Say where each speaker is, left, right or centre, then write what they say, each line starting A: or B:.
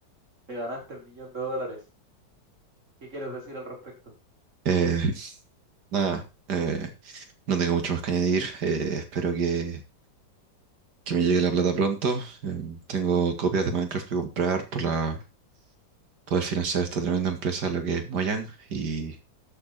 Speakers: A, on the right; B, on the right.
A: Te ganaste el millón de dólares. ¿Qué quieres decir al respecto?
B: Eh, nada, eh, no tengo mucho más que añadir. eh, espero que que me llegue la plata pronto. Em, tengo copias de Minecraft que comprar para poder financiar esta tremenda empresa, lo que es Mojang. Y,